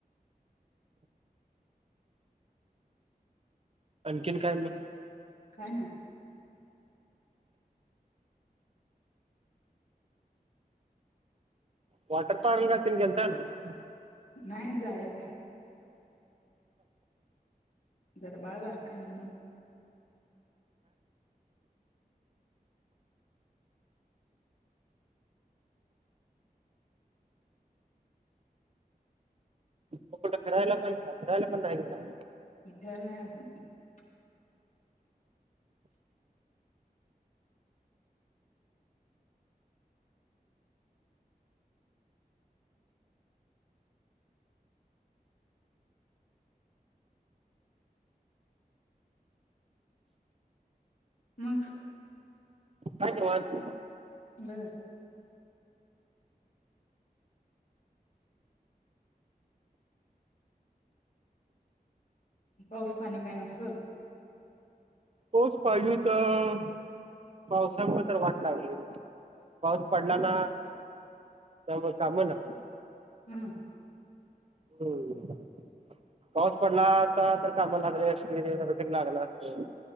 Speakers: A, on the right (about 40°); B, on the left (about 55°).
A: आणखीन काय मग
B: काय नाही.
A: वॉटर पार्क ला तेन गेलता का नाही.
B: नाही जायचं आहे. जरा बाळ बारक आहे म्हणून,
A: कुठं फिरायला पण का फिरायला पण जायचं झालं नाही.
B: गेल नाही अजून <inaudible> मग
A: काय निवांत
B: बे पाऊस पाणी काय नसल
A: पाऊस पाहिजे होत पावसामुळे तर वाट लागली. पाऊस पडला नाही, त्यामुळ काम नाही.
B: हम्म
A: हम्म पाऊस पडला असता तर काम लागली असती रुटिंग लागल असत.